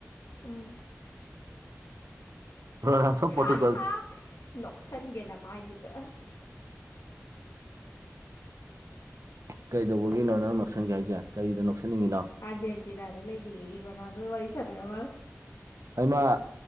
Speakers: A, on the left; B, on the right.
A: ꯎꯝ
B: ꯔꯣꯅꯥꯜꯗꫭ ꯄꯇꯨꯒꯜ
A: ꯍꯥ ꯍꯥ ꯅꯣꯛꯁꯟꯒꯦꯅ ꯃꯥꯏꯗꯨꯗ
B: ꯀꯩꯗꯧꯕꯒꯤꯅꯣ ꯅꯪ ꯅ ꯅꫭꯛꯁꯟꯒꯦ ꯍꯥꯏꯖꯦ ꯀꯔꯤꯗ ꯅꫭꯛꯁꯟꯅꯤꯡꯉꯤꯅꯣ
A: ꯑꯥꯔꯖꯦꯟꯇꯤꯅꯥꯗ ꯂꯩꯔꯦꯌꯦ ꯔꯣꯅꯥꯜꯗꯣ ꯋꯥꯔꯤ ꯁꯥꯥꯟꯅꯔꯝꯒꯥ
B: ꯑꯩꯃ